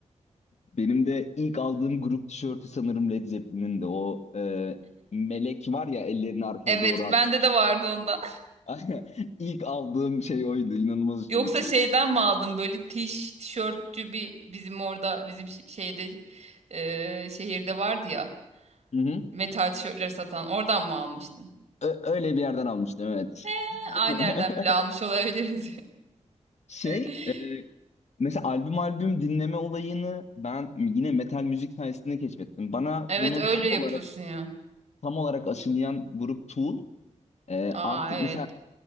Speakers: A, on the left; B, on the right.
A: Benim de ilk aldığım grup tişörtü sanırım Led Zeppelin'in de o e, melek var ya ellerini arkaya
B: Evet,
A: doğru atmış.
B: bende de vardı
A: Sembolü.
B: onda.
A: <laughs> İlk aldığım şey oydu. İnanılmaz
B: <laughs>
A: hoşuma
B: Yoksa
A: gitmişti.
B: şeyden mi aldım böyle tiş, tişörtçü bir bizim orada bizim ş- şeyde e, şehirde vardı ya
A: Hı hı.
B: metal tişörtleri satan oradan mı almıştın?
A: Ö- öyle bir yerden almıştım evet.
B: He,
A: <laughs>
B: aynı yerden bile almış olabiliriz.
A: Şey
B: <laughs>
A: e, mesela albüm albüm dinleme olayını ben yine metal müzik sayesinde keşfettim. Bana
B: Evet
A: bunu
B: öyle
A: tam
B: yapıyorsun
A: olarak
B: ya.
A: tam olarak aşılayan grup Tool. E,
B: Aa
A: artık
B: evet.
A: mesela